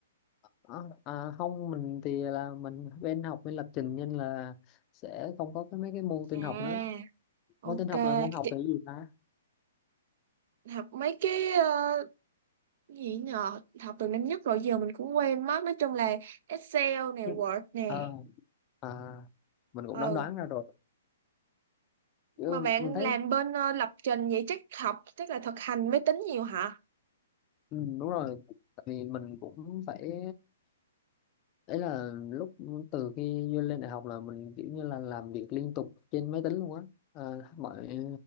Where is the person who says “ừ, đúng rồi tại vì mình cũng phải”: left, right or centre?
Left